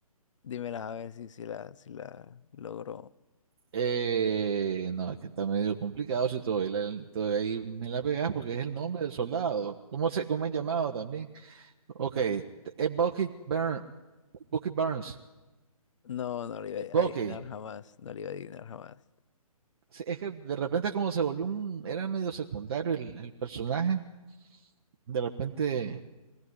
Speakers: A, on the left; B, on the right.
A: Dímelas a ver si, si la, si la logro.
B: Eh, no, es que está medio complicado si todavía, la- todavía ahí me la pegas porque es el nombre del soldado. ¿Cómo se, cómo es llamado también? Ok, t- es Bucky Burns. Bucky Burns.
A: No, no lo iba
B: Bucky.
A: a adivinar jamás. No lo iba a adivinar jamás.
B: Sí, Es que de repente como se volvió un, era medio secundario el, el personaje, de repente